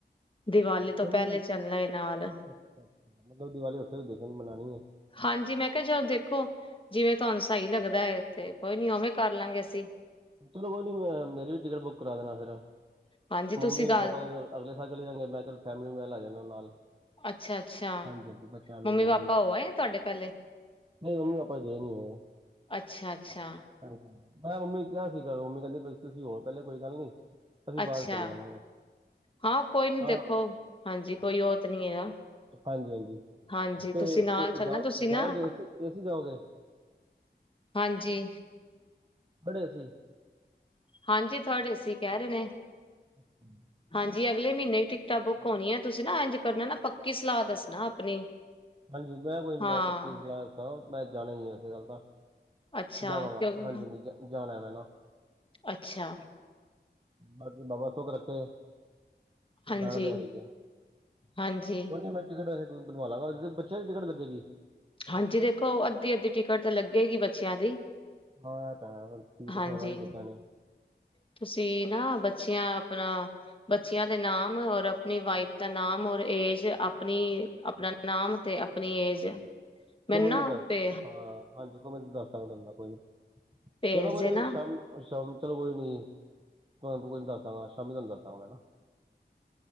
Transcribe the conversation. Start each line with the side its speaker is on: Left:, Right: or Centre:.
Left: ਦੀਵਾਲੀ
Right: ਚਲੋ,
Left: ਤੋਂ ਪਹਿਲੇ ਚੱਲਣਾ ਏ ਨਾਲ
Right: ਅੱਛਾ-ਅੱਛਾ ਮਤਲਬ ਦੀਵਾਲੀ ਉੱਥੇ ਦੇਖਨੀ, ਮਨਾਉਣੀ ਹੈ।
Left: ਹਾਂਜੀ ਮੈਂ ਕਿਹਾ ਚਲੋ ਦੇਖੋ ਜਿਵੇਂ ਤੁਹਾਨੂੰ ਸਹੀ ਲੱਗਦਾ ਹੈ, ਤੇ ਕੋਈ ਨੀ ਉਵੇਂ ਕਰ ਲਾਂਗੇ ਅਸੀਂ।
Right: ਚਲੋ ਕੋਈ ਨੀ, ਮੈਂ ਮੇਰੀ ਵੀ ਟਿਕਟ ਬੁੱਕ ਕਰਾ ਦੇਣਾ ਫੇਰ।
Left: ਹਾਂਜੀ
Right: ਮੰਮੀ-ਪਾਪਾ
Left: ਤੁਸੀਂ ਗੱਲ
Right: ਦੇ ਅਗਲੇ ਸਾਲ ਚਲੇ ਜਾਂਗੇ। ਮੈਂ ਚਲ ਫੈਮਿਲੀ ਨੂੰ ਮੈਂ ਲਾ ਜਾਨਾ ਨਾਲ।
Left: ਅੱਛਾ-ਅੱਛਾ,
Right: ਹਾਂਜੀ ਹਾਂਜੀ ਬੱਚਿਆਂ ਨੂੰ
Left: ਮੰਮੀ-ਪਾਪਾ
Right: ਜਾਂਦਾ
Left: ਹੋ ਆਏ ਨੇ ਤੁਹਾਡੇ ਪਹਿਲੇ।
Right: ਨਹੀਂ, ਮੰਮੀ-ਪਾਪਾ ਗਏ ਨਹੀ ਹਜੇ।
Left: ਅੱਛਾ ਅੱਛਾ
Right: ਹੰਜੀ। ਮੈਂ ਮੰਮੀ ਨੁ ਕਿਹਾ ਸੀਗਾ ਚਲਣ। ਮੰਮੀ ਕਹਿੰਦੀ ਬਈ ਤੁਸੀਂ ਹੋ ਆਓ ਪਹਿਲੇ ਕੋਈ ਗੱਲ ਨੀ ਅਸੀਂ ਬਾਅਦ
Left: ਅੱਛਾ
Right: ਚ ਚਲੇ ਜਾਵਾਂਗੇ।
Left: ਹਾਂ ਕੋਈ ਨੀ
Right: ਤਾਂ
Left: ਦੇਖੋ ਹਾਂਜੀ ਕੋਈ ਉਹ ਤੇ ਨਹੀਂ ਹੈਗਾ।
Right: ਹਾਂਜੀ ਹਾਂਜੀ
Left: ਹਾਂਜੀ
Right: ਤੇ
Left: ਤੁਸੀਂ ਨਾਲ
Right: ਏ
Left: ਚੱਲਣਾ
Right: ਜਾਓ
Left: ਤੁਸੀਂ ਨਾ
Right: ਜਾਓਗੇ ਏ ਏਸੀ ਜਾਔਗੇ।
Left: ਹਾਂਜੀ।
Right: ਬੜੇ ਸੀ।
Left: ਹਾਂਜੀ, ਥਰਡ ਐ ਸੀਂ ਕਹਿ ਰਹੇ ਨੇ।
Right: <unintelligible>
Left: ਹਾਂਜੀ ਅਗਲੇ ਮਹੀਨੇ ਟਿਕਟਾਂ ਬੁੱਕ ਹੋਨਿਆਂ ਤੁਸੀਂ ਨਾ ਐਂਜ ਕਰਨਾ ਨਾ ਪੱਕੀ ਸਲਾਹ ਦੱਸਣਾ ਆਪਣੀ
Right: ਹਾਂਜੀ, ਮੈਂ ਕੋਈ ਨੀ
Left: ਹਾਂ
Right: ਮੈਂ ਪੱਕੀ ਸਲਾ ਦਸਾਂਗਾ। ਮੈਂ ਜਾਣਾ ਹੀ ਏ ਫਿਲਹਾਲ ਤਾਂ।
Left: ਅੱਛਾ
Right: ਜਾਵਾਂਗਾ,
Left: ਕਿਉਂ
Right: ਹਾਂਜੀ ਹਾਂਜੀ, ਜਾਣਾ ਮੈਂ ਨਾ।
Left: ਅੱਛਾ।
Right: ਬਾਕੀ ਬਾਬਾ ਸੂਖ ਰੱਖੇ।
Left: ਹਾਂਜੀ
Right: ਜਾਣਾ ਤੇ ਹੈ ਹੀ ਹੈ,
Left: ਹਾਂਜੀ
Right: ਕੋਈ ਨੀ ਮੈਂ ਟਿਕਟ ਵੈਸੇ ਬਣਵਾ ਲਾਂਗਾ ਕਿਨੇ ਦੀ ਟਿਕਟ ਲੱਗੇਗੀ?
Left: ਹਾਂਜੀ ਦੇਖੋ ਅੱਧੀ-ਅੱਧੀ ਟਿਕਟ ਤੇ ਲੱਗੇਗੀ ਬੱਚਿਆਂ ਦੀ।
Right: ਹਾਂ ਇਹ ਤਾਂ ਹੈ ਸੀਟ
Left: ਹਾਂਜੀ,
Right: ਹੋਣਾ ਵੀ ਬੱਚਿਆਂ ਨੇ
Left: ਤੁਸੀਂ ਨਾ ਬੱਚਿਆਂ ਆਪਣਾ ਬੱਚਿਆਂ ਦੇ ਨਾਮ ਔਰ ਆਪਣੀ ਵਾਈਫ ਦਾ ਨਾਮ ਔਰ ਏਜ ਆਪਣੀ ਆਪਣਾ ਨਾਮ ਤੇ ਆਪਣੀ ਏਜ
Right: <inaudible> ਠੀਕ
Left: ਮੈਨੂੰ
Right: ਹੈ ਫੇਰ
Left: ਨਾ
Right: ਮੈਂ ਦੱਸ,
Left: ਤੇ
Right: ਹਾਂ ਹਾਂਜੀ <unintelligible> ਕੋਈ ਨਹੀ,
Left: ਭੇਜ
Right: ਚਲੋ ਕੋਈ
Left: ਦੇਣਾ
Right: ਨਹੀ, ਸ਼ਾਮ ਨੁ, ਸ਼ਾਮ ਨੁ ਚਲੋ ਕੋਈ ਨੀ। <unintelligible> ਹੈ ਨਾ। <unintelligible>